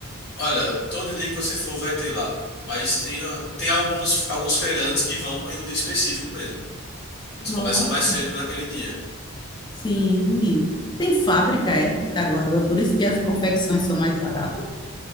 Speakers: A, on the left; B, on the left.
A: Olha, todo dia que você for vai ter lá. Mas tem, ah, tem alguns, alguns feirantes que vão em um dia específico mesmo. Eles
B: Nossa.
A: começam mais cedo naquele dia.
B: Sim. Tem fábrica, é? Caruaru, é por isso que as confecções são mais baratas?